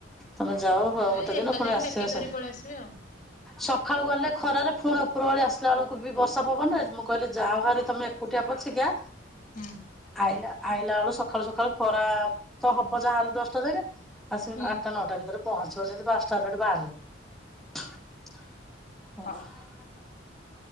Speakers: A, in the centre; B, on the left (about 45°).
A: ତମେ ଯାଅ ଗୋଟେ
B: ଏ ଏକା
A: ଦିନ ପୁଣି
B: ଯାଇକି
A: ଆସିିବ
B: ଡାକିକି ଧରି
A: ସେ
B: ପଳେଇ ଆସିବେ ଆଉ
A: ସକାଳୁ ଗଲେ ଖରାରେ ପୁଣି ଉପର ବଳି ଆସିଲା ବେଳକୁ ବି ବର୍ଷା ପବନ କହିଲେ ଯା ହାରି ତମେ ଏକୁଟିଆ ପଛିକା
B: ହୁଁ
A: ଆଇଲା ଆଇଲା ବେଳୁ ସକାଳୁ ସକାଳୁ ଖରା ତ ହବ ଯାହାହେଲେ ଦଶଟା ଯାଏକେ ଆସିବି
B: ହୁଁ।
A: ଆଠଟା ନଅଟା ଭିତରେ। ପହଞ୍ଚିବ ଯଦି ପାଞ୍ଚଟାରୁ ଏଠୁ ବାହାରିଲେ।
B: ହଉ